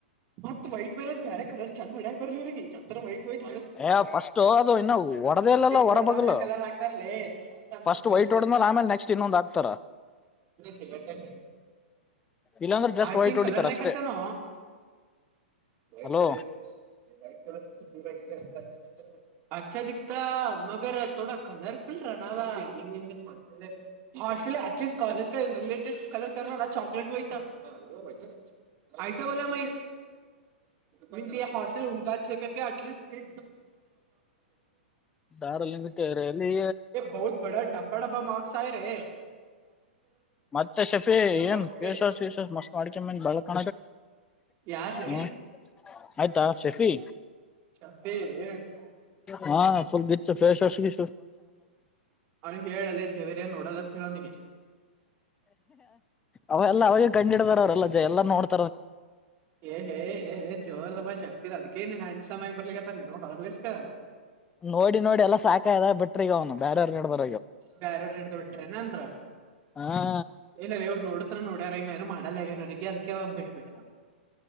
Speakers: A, on the right; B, on the left.
A: ಮತ್ತ ವೈಟ್ ಮೇಲೆ ಒ ಬೇರೆ ಕಲರ್ ಚಂದ ಹೊಡ್ಯಾಕ್ ಬರ್ಲಿವ್ರರಿಗೆ ಚಂದರ ವೈಟ್ ವೈಟ್
B: ಏ ಫಸ್ಟ್ ಅದು ಇನ್ನು ಹೊಡದ ಇಲ್ಲಲ್ಲ ಹೊರಬಗಲ್
A: ಹೊಡ ನಾನ ಕಲರ್ ಆಕಾರಲ ಆತ ಬ
B: ಫಸ್ಟ್
A: ಕಲರ್
B: ವೈಟ್ ಹೊಡದ್ಮೇಲೆ ಆಮೇಲೆ ನೆಕ್ಸ್ಟ್ ಇನ್ನೊಂದ್ ಹಾಕ್ತಾರ
A: ಸಲೆಕ್
B: ಇಲ್ಲಾಂದ್ರೆ ಜಸ್ಟ್
A: ಆಯ
B: ವೈಟ್
A: ಥಿಂಕ
B: ಹೊಡಿತಾರ
A: ಕಲರ್ ನ
B: ಅಷ್ಟೇ
A: ಕತ ನ ವ್ಟ್
B: ಹಲೋ
A: ಕಲರ್ ಇ ವಟ್ ಕಲರ್ ಅಚ್ಚ ದಕ್ತ ಮಗರ್ ಥೋಡ ಕಲರ್ಫಲ್ ರ ನ ಹ ಹ ಎಟಲಿಸ್ಟ್ ಕಾಲಜ ರಲೆಟಡ್ ಕಲರ್ ಚಾಕಲೆಟ್ ವೈಟ್ಟ ಹ ಪಯಸ ಬೋಲ ಮ ಮೀನ್ಸ್ ಈ ಹಾಸ್ಟೆಲ್ ಹಾ ಕ ಅಟ್ಲಿಸ್ಟ್ ನೆ
B: ದಾರಲಿಂಗ ಕೇರಿಯಲ್ಲಿ
A: ಬೌತ್ ಬಡ ಡಬ್ಬಾ ಡಬ್ಬಾ ಮಾರ್ಕ್ಸ್ ಆಯ ರೆ
B: ಮತ್ತೆ ಶೆಫಿ
A: ಬಾಕ್ಸ್
B: ಏನ್
A: ತೆ
B: ಪಸಸ್ ಶಸಸ್ ಮಸ್ತ್ ಮಾಡಕಮ್ಮನ್ ಬಳ ಕ
A: ಯಾರ್ಲೆ
B: ಹ್ಮ ಆಯ್ತಾ ಶಫಿ
A: <inaudible>
B: ಹಾಫುಲ್ ಗಿಚ್ ಫ್ಫ್ ಗಿ
A: ಅವನು ಹೇಳಲ್ಲ ಜವೇರಿಯ ನೋಡಲತ್ತ ಅವನಿಗೆ
B: ಅವೆಲ್ಲ ಅವಾಗ ಕಂಡ ಹಿಡದಾರ ಅವ್ರೆಲ್ಲ ಜ ಎಲ್ಲ ನೋಡ್ತ
A: ಏ ಹೇ ಏ ಹೇ ಜೋರ್ ನಮ್ಮ ಶಸ್ತಿ ಅದ್ಕೇನ್ ಹ ಸಮಯ ಬದಲಿಷ್ಟ
B: ನೋಡಿ ನೋಡಿ ಎಲ್ಲಾ ಸಾಕಾಯ ಬಿಟ್ರಿಗ ಅವ್ನು ಬೇರವ್ರ ಹೇಡಬಾರು
A: ಬ್ಯರವ್ರ ಹಿಡ್ದ ಬಿಟ್ರೆನ ಅಂದ್ರ
B: ಹಾ
A: ಇಲ್ಲಲ್ಲ ಇವರು ನೋಡ ಹತ್ರ ನೋಡ್ಯಾರ್ ಏನು ಮಾಡಲ್ಲ ಯಗ್ಯನಗೆ ಅದಕ್ಕೆ ಬಿಟ್ಬಿಟ